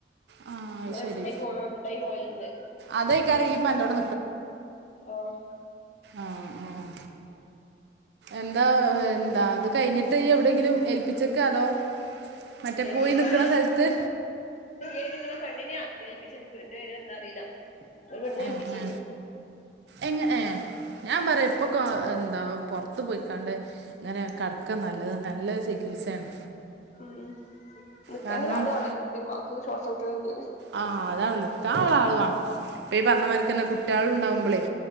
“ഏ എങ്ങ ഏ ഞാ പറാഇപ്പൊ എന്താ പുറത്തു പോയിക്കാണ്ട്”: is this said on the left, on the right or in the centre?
Right